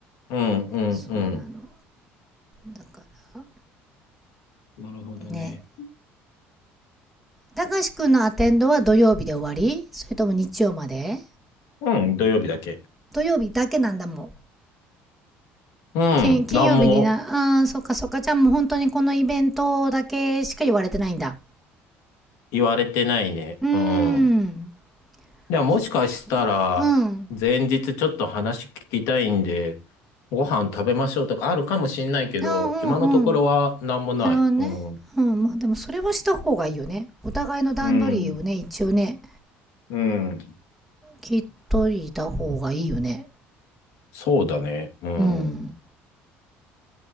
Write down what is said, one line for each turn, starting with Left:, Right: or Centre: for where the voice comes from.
Left: うん、うん、
Centre: そんなの。
Left: うん。
Centre: だから、
Left: なるほどね。
Centre: ね。たかしくんのアテンドは土曜日で終わりそれとも日曜まで
Left: うん、土曜日だけ。
Centre: 土曜日だけなんだもん。
Left: うん。
Centre: 金金曜日にな、
Left: 何も
Centre: あーそっかそっか、ちゃんもう本当にこのイベントだけしか言われてないんだ。
Left: 言われてないね。
Centre: うーん。
Left: うん。ではもしかしたら、
Centre: そっかうん。
Left: 前日ちょっと話聞きたいんで、ご飯食べましょうとかあるかもしんないけど、
Centre: あーうんうん。
Left: 今のところは何もない。
Centre: なるほどね。
Left: うん。
Centre: うん、まあでもそれはした方がいいよね。お互いの段取りをね、
Left: うん。
Centre: 一応ね、
Left: うん。
Centre: 聞いといた方がいいよね。
Left: そうだね。うん。
Centre: うん。